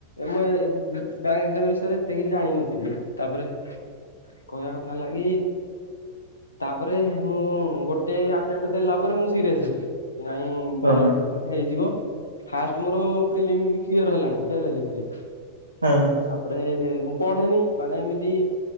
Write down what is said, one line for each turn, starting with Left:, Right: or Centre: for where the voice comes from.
Left: ଏଇନେ ଉଁ ପ୍ରାୟେ ଏଜ୍ଜାମିନେସନ୍ ରେ ଏତେ କିଛି ଜାଣିନଥିଲି ତାପରେ କହିବା କଥା ହେଲା କି ତାପରେ ମୁଁ ଗୋଟେ ଆଟେଣ୍ଡ୍ ଦେଲା ପରେ ମୁଁ ସିରିୟସ ହେଲି କି ନାଇଁ ଭଲରେ
Right: ଓହୋ
Left: ପ ଲି ହେଇଯିବ ଫାଷ୍ଟ ମୋର ପ୍ରିଲ୍ଲିମ୍ ବି କ୍ଲିୟର ହେଲାଣି ଫେଲ୍ ହେଲି ଖାଲି।
Right: ହଁ ହଁ।
Left: ତାପରେ ମୁଁ ପଢେ ନେଇଁ ମାନେ ଏମିତି